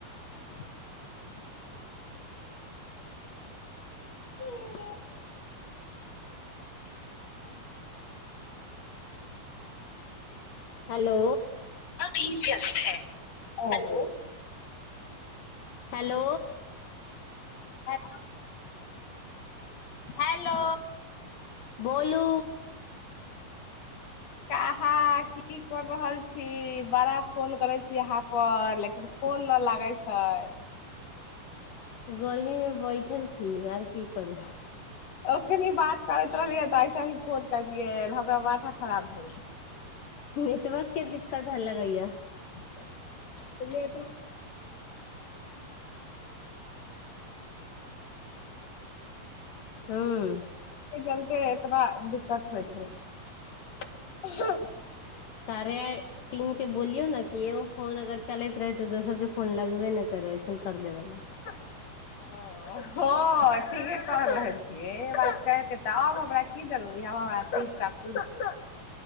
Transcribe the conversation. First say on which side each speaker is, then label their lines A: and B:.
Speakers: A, on the left; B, on the left.
A: <inaudible> <inaudible>
B: उठा
A: <inaudible> हेलो
B: भी व्यस्त है। हेलो <inaudible>
A: हेलो
B: हाँ हेलो।
A: बोलु
B: काहा की कर रहल छी बड़ा फोन करैत छी अहाँ। आ लेकिन फोन लगाइ छै। हाय
A: गर्मीमे बैठल छी और की करबू
B: ओखनि बात करैत रहलियै तऽ ऐसे ही फोन कयलियै हमरा माथा खराब भेल
A: नेटवर्कके दिक्कत है लगैया
B: <unintelligible> त ओ <unintelligible>
A: हूँ
B: एतबा दिक्कत होइ छै-
A: कार्य टीम के बोलियौ ने कि एगो फोन अगर चलैत रहे त दोसर के फोन लगबे ने करे ऐसन कर देबे ला
B: ओ हाँ ठीके कह रहल छियै बात करके त आब हमरा की जरूरी आब हमरा एकटा पूत